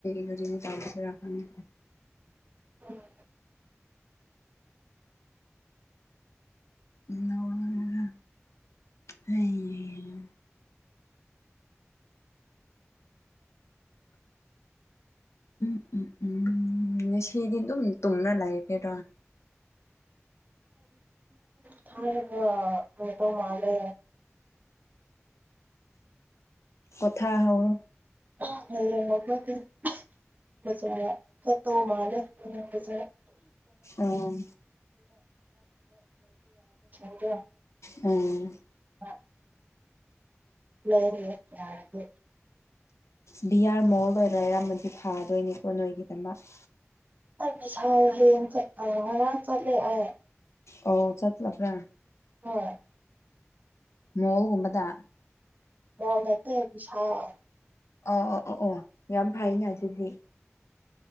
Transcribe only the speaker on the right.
ꯎꯝ
ꯊꯒ ꯃ ꯃꯥꯂꯦ
<unintelligible> ꯃꯖꯅ ꯐꯠꯇꯧ ꯃꯥꯗꯦꯖ
<unintelligible>
ꯑ ꯂꯩꯔꫭ ꯌꯥꯔꯗꯤ
ꯑ ꯕꯤꯁꯥꯜ ꯉꯔꯥꯡꯁꯨ ꯆꯠ ꯑ ꯉꯔꯥꯡ ꯆꯠꯂꯤ ꯑ
ꯍꯣꯏ
ꯃꫭꯜ ꯅꯇꯦ ꯕꯤꯁꯥꯜ